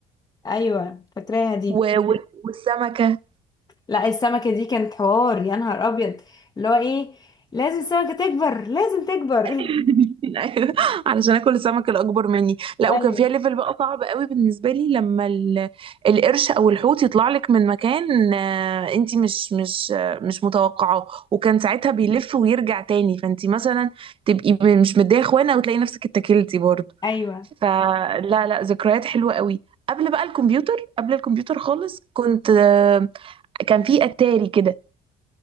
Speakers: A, on the left; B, on the right.
A: ايوه فاكراها دي
B: و... وال- والسمكة
A: لا السمكه دي كانت حوار يا نهار ابيض اللي هو ايه لازم السمكه تكبر لازم تكبر
B: <laughs>
A: <laughs>
B: ايوه علشان اكل السمك الاكبر مني لا
A: ايوه
B: وكان فيها ليفل بقى صعب قوي بالنسبه لي لما ال- القرش او الحوت يطلع لك من مكان آه، انت مش مش آه، مش متوقعاه وكان ساعتها بيلف ويرجع تاني فانت مثلا تبقي م- مش مديه اخوانه وتلاقي نفسك اتكلتي برضه
A: ايوه
B: فلا لا ذكريات حلوه قوي قبل بقى الكمبيوتر قبل الكمبيوتر خالص كنت آه، كان في اتاري كده